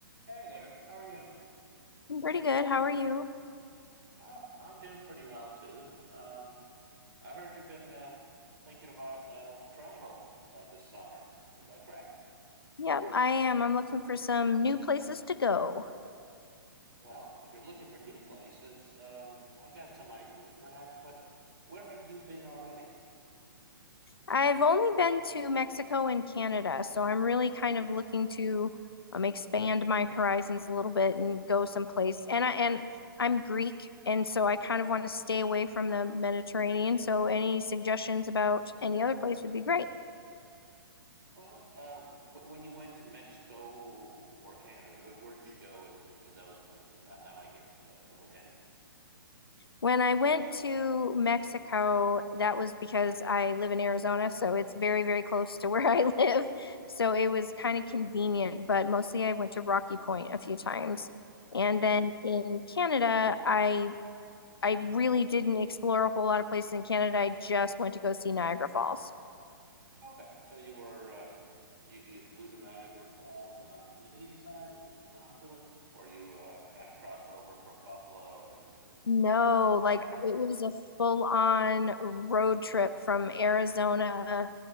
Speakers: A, on the right (about 65°); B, on the left (about 85°).
A: Hey there, how are you?
B: I'm pretty good. How are you?
A: Oh, I'm doing pretty well too. Um, I heard you've been uh, thinking about uh, travel uh, this summer. Is that correct?
B: Yep, I am. I'm looking for some new places to go.
A: Well, if you're looking for new places, um, I've got some ideas perhaps, but where have you been already?
B: I've only been to Mexico and Canada, so I'm really kind of looking to um, expand my horizons a little bit and go someplace. And I and I'm Greek, and so I kind of want to stay away from the Mediterranean. So any suggestions about any other place would be great.
A: Well, uh, w- when you went to Mexico or Canada, wh- where did you go in, in those places? That, that might give a little hint.
B: When I went to Mexico, that was because I live in Arizona, so it's very, very close to <laughs> where I live. So it was kind of convenient, but mostly I went to Rocky Point a few times. And then in Canada, I I really didn't explore a whole lot of places in Canada. I just went to go see Niagara Falls.
A: Okay, so you were uh, you you flew to Niagara Falls on the Canadian side, or to Toronto, or you uh, kind of crossed over from Buffalo and uh,
B: No, like
A: Ontario.
B: it was a full-on road trip from Arizona